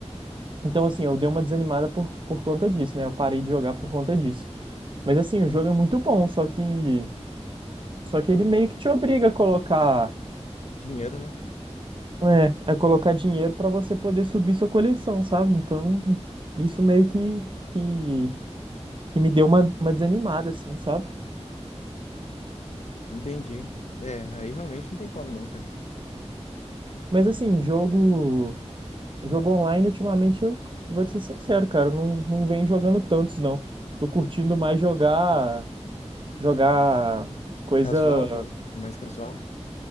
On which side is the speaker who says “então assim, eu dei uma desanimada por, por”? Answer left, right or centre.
Right